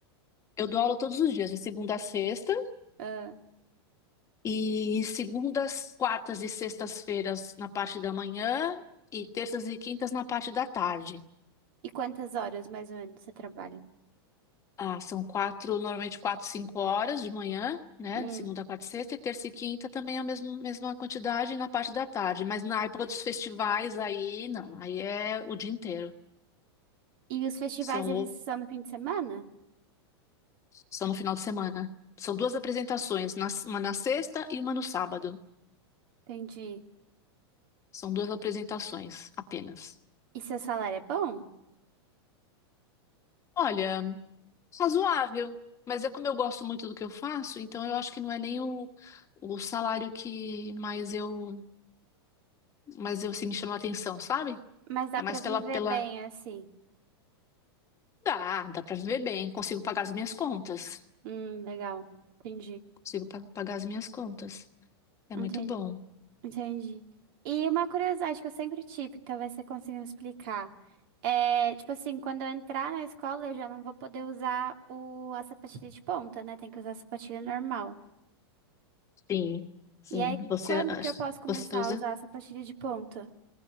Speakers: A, on the left; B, on the right.
A: Eu dou aula todos os dias, de segunda a sexta,
B: Ah,
A: E segundas, quartas e sextas-feiras na parte da manhã e terças e quintas na parte da tarde.
B: e quantas horas, mais ou menos, você trabalha?
A: Ah, são quatro, normalmente quatro, cinco horas de manhã, né?
B: Hum.
A: De segunda, quarta e sexta, e terça e quinta também é a mesma, mesma quantidade na parte da tarde. Mas na época dos festivais, aí não, aí é o dia inteiro.
B: E os festivais,
A: São,
B: eles
A: o-
B: são no fim de semana?
A: são no final de semana. São duas apresentações, na- uma na sexta e uma no sábado.
B: Entendi.
A: São duas apresentações apenas.
B: E seu salário é bom?
A: Olha. Razoável, mas é como eu gosto muito do que eu faço, então eu acho que não é nem o, o salário que mais eu, mais eu se me chamou a atenção, sabe?
B: Mas dá
A: É
B: pra
A: mais
B: viver
A: pela, pela...
B: bem, assim.
A: Dá, dá pra viver bem, consigo pagar as minhas contas.
B: Hum, legal. Entendi.
A: Consigo pa- pagar as minhas contas. É
B: Entendi.
A: muito bom.
B: Entendi. E uma curiosidade que eu sempre tive, que talvez você consiga me explicar. É, tipo assim, quando eu entrar na escola, eu já não vou poder usar o, a sapatilha de ponta, né? Tem que usar a sapatilha normal.
A: Sim, sim.
B: E aí,
A: Você,
B: quando
A: as-
B: que eu posso começar
A: você usa...
B: a usar a sapatilha de ponta?